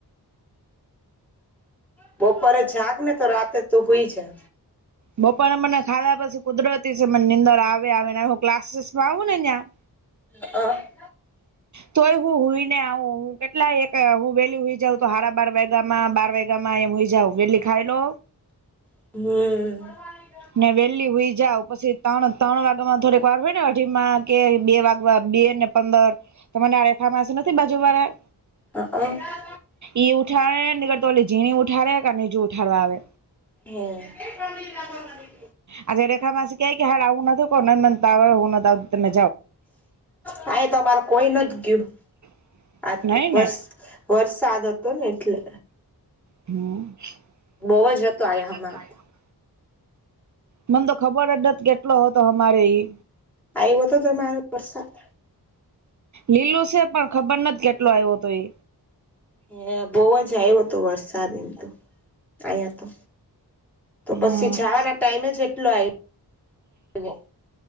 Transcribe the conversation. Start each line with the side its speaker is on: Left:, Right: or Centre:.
Centre: બપોરે જાગ ને તો રાતે તું હોઈ જ
Right: બપરે મને ખાધા પછી કુદરતી છે મને નીંદર આવે આવે ને હું ક્લાસીસ માં આવું ને ત્યાં
Centre: હ <unintelligible>
Right: તોય હું હોઈને આવ હું કેટલા એક હું વેલી હોઈ જઉ તો હડા બાર વાગા માં બાર વાગા માં એમ હોઈ જાવ એટલી ખાઈ લો
Centre: હમ <unintelligible> હમ-
Right: ને વેલી હઈ જાવ પછી ત્રણ ત્રણ વાગ્યા માં થોડીક વાર હોય ને કે બે વાગવા બે ને પંદર તને આ રેખામાં નથી બાજુ વાળા
Centre: હા હ
Right: ઈ ઉઠાડે નીકરતો ઓલી ઝીણી ઉઠાડે કા બીજું ઉઠાડવા આવે
Centre: હમ
Right: આજે રેખા માસી કે કે હાલ આવું નથી પણ માન તાવ આવે હું નથી આવતી તમે
Centre: આ તો અમારે કોઈ નથી ગયું
Right: <unintelligible>
Centre: આ તો
Right: નઈ
Centre: વર
Right: ને
Centre: વરસાદ હતો ને એટલે
Right: હ <unintelligible>
Centre: બહુ જ હતો
Right: હો
Centre: આયા
Right: જસ
Centre: અમારે
Right: આ હ મન તો ખબર નથ કેટલો હતો હમારે ઈ
Centre: આવ્યો તો તમારો વરસાદ
Right: લીલું છે પણ ખબર નથી કેટલો આવ્યો હતો એ.
Centre: હ બહવ જ આવ્યો હતો વરસાદ મ તો અયા તો. તો પછી
Right: હમ
Centre: જવાના ટાઈમે જ એટલો આયવો.